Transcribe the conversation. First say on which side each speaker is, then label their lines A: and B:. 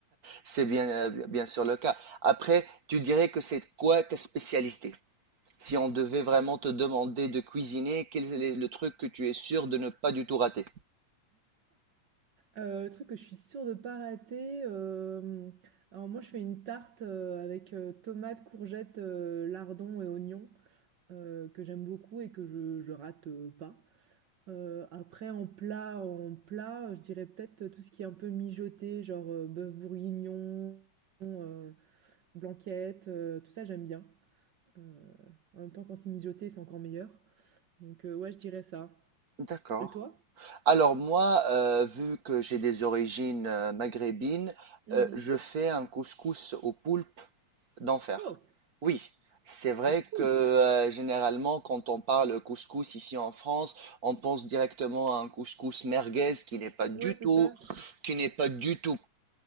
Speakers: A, on the right; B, on the right.
A: C'est bien, euh, bien sûr le cas. Après, tu dirais que c'est quoi ta spécialité? Si on devait vraiment te demander de cuisiner, quel est le truc que tu es sûr de ne pas du tout rater?
B: Euh, Le truc que je suis sûre de pas rater, hem, alors moi je fais une tarte, heu, avec, heu, tomates, courgettes, heu, lardons et oignons, heu, que j'aime beaucoup et que je je rate, heu, pas. Heu, après en plat en plat, je dirais peut-être tout ce qui est un peu mijoté, genre, heu, bœuf bourguignon, heu, blanquette, heu, tout ça j'aime bien. Heu, en même temps quand c'est mijoté, c'est encore meilleur. Donc, heu, ouais je dirais ça.
A: D'accord.
B: Et toi?
A: Alors moi, euh, vu que j'ai des origines euh, maghrébines,
B: Mmh
A: euh, je fais un couscous au poulpe d'enfer.
B: Oh!
A: Oui, c'est vrai
B: Cool.
A: que euh, généralement, quand on parle couscous ici en France, on pense directement à un couscous merguez qui n'est pas du
B: Ouais c'est
A: tout,
B: ça.
A: qui n'est pas du tout